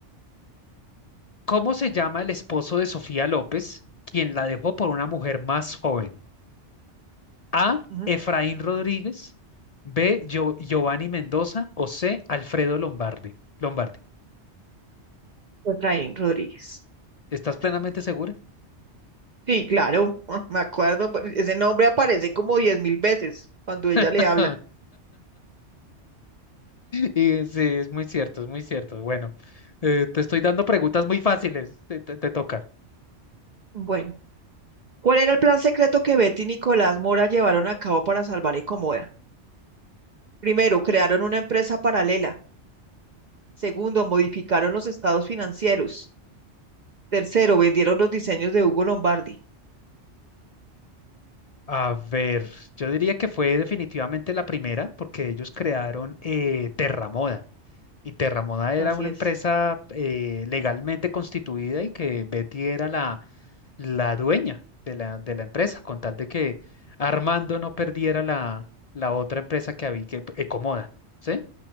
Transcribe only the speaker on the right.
Ujú,
Efraín Rodríguez.
Sí, claro, <laughs> me acuerdo, pues, ese nombre aparece como diez mil veces cuando ella
le habla.
Bueno, ¿cuál era el plan secreto que Betty y Nicolás Mora llevaron a cabo para salvar a Ecomoda? Primero, crearon una empresa paralela. Segundo, modificaron los estados financieros. Tercero, vendieron los diseños de Hugo Lombardi.
Así
es.